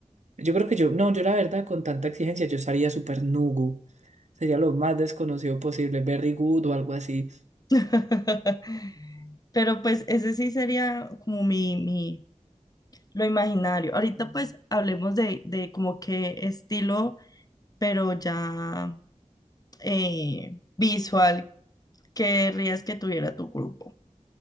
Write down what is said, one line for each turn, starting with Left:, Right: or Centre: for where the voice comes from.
Right: Yo creo que yo, no, yo la verdad, con tanta exigencia, yo estaría súper Nugu. Sería lo más desconocido posible, Berry Good o algo así,
Left: <laughs> Pero pues ese sí sería como mi, mi, lo imaginario. Ahorita pues hablemos de, de como qué estilo, pero ya eh, visual, querrías que tuviera tu grupo.